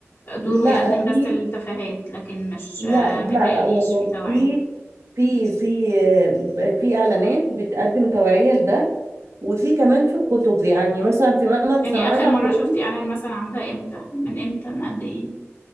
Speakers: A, on the left (about 55°); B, on the right (about 75°).
A: دوره
B: لا
A: يقدم
B: في
A: بس التفاهات لكن مش
B: لا
A: آه،
B: لا
A: ما يتهيأليش
B: لا والله
A: في توعية
B: في في في آه، في اعلانات بتقدم توعية لده وفي كمان في الكتب يعني مثلا في منهج
A: يعني
B: سنة
A: آخر
B: رابعة
A: مرة
B: ابتدائي
A: شفت إعلان مثلا عن ده إمتى من إمتى من قد إيه